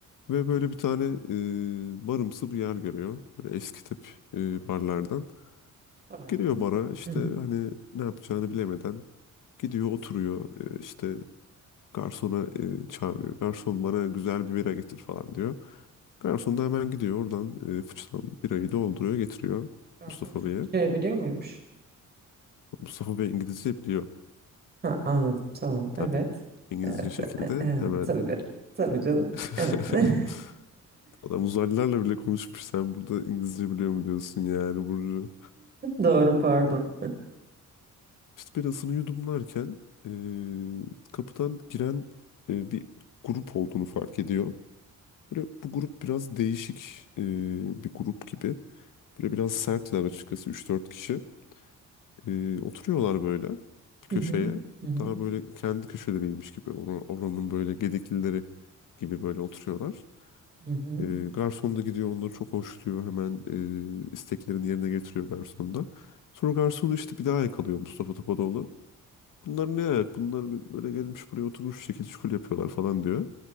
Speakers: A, on the left; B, on the right.
A: Ve böyle bir tane e, barımsı bir yer görüyor. Böyle eski tip e, barlardan.
B: Taverna.
A: Giriyor bara işte
B: Hı hı.
A: hani ne yapacağını bilemeden gidiyor oturuyor. E, işte garsona e, çağırıyor. Garson bana güzel bir bira getir falan diyor. Garson da hemen gidiyor oradan e, fıçıdan birayı dolduruyor getiriyor
B: Garson
A: Mustafa
B: Türkçe
A: Bey'e.
B: biliyor muymuş?
A: Mustafa Bey İngilizce biliyor.
B: Ha, anladım. Tamam.
A: Tabii.
B: Evet.
A: İngilizce
B: Evet.
A: şekilde
B: e- Evet.
A: hemen.
B: Tabii. Tabii canım.
A: <laughs>
B: Evet. <laughs>
A: Adam uzaylılarla bile konuşmuş. Sen burada İngilizce biliyor mu diyorsun yani Burcu.
B: Doğru, pardon.
A: İşte birasını yudumlarken e, kapıdan giren e, bir grup olduğunu fark ediyor. Böyle bu grup biraz değişik e, bir grup gibi. Böyle biraz sertler açıkçası üç dört kişi. E, oturuyorlar böyle bir köşeye.
B: Hı hı. Hı hı.
A: Daha böyle kendi köşeleriymiş gibi. Ona- Oranın böyle gediklileri gibi böyle oturuyorlar.
B: Hı hı.
A: E, garson da gidiyor onları çok hoşluyor. Hemen e, isteklerini yerine getiriyor garson da. Sonra garsonu işte bir daha yakalıyor Mustafa Topadoğlu. Bunlar ne ayak? Bunlar böyle gelmiş buraya oturmuş bir şekilde şukul yapıyorlar falan diyor.